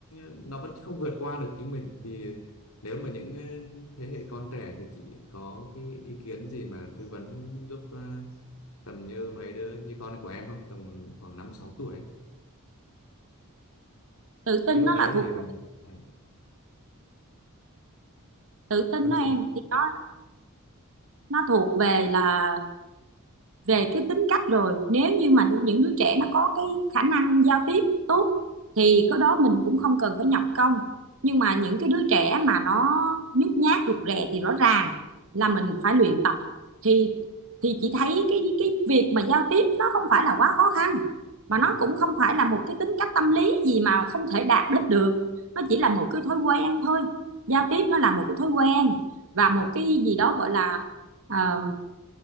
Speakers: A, on the left; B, on the right.
A: nó vẫn không vượt qua được chính mình thì nếu mà những ờ, thế hệ con trẻ thì chị có cái ý kiến gì mà tư vấn giúp ờ, tầm như mấy đứa như con của em không tầm khoảng năm sáu tuổi ấy.
B: tự tin
A: cái lúc
B: nó
A: đấy
B: là thuộc
A: thì ờ, ờ,
B: tự tin
A: vâng
B: đó
A: chị
B: em
A: nói
B: thì nó nó thuộc về là về cái tính cách rồi nếu như mà những đứa trẻ nó có cái khả năng giao tiếp tốt thì cái đó mình cũng không cần phải nhập công nhưng mà những cái đứa trẻ mà nó nhút nhát rụt rè thì rõ ràng là mình phải luyện tập thì thì chị thấy cái cái việc mà giao tiếp nó không phải là quá khó khăn mà nó cũng không phải là một cái tính cách tâm lý gì mà không thể đạt đích được nó chỉ là một cái thói quen thôi giao tiếp nó là một cái thói quen và một cái gì đó gọi là ờ,